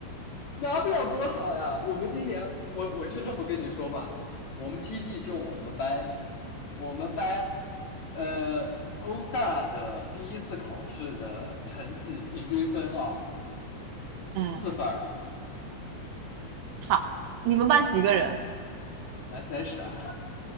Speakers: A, on the left; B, on the right.
A: 拿不了多少呀。我们今年，我我就这么跟你说吧，我们 TD 就我们班，我们班，呃，工大的第一次考试的成绩平均分啊，
B: 嗯，
A: 四分儿，
B: 好，你们班几个人？
A: 我们班三十啊，